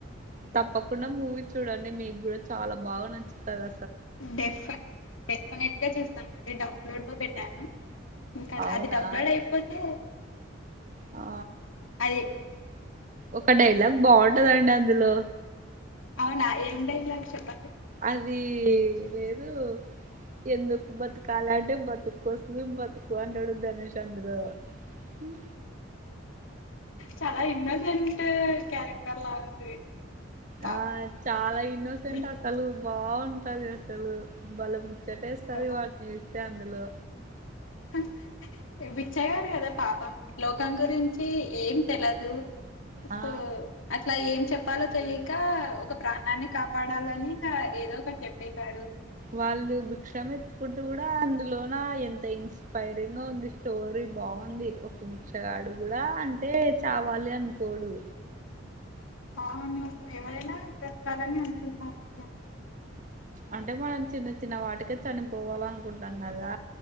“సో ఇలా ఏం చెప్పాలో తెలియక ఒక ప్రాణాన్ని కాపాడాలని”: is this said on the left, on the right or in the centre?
Left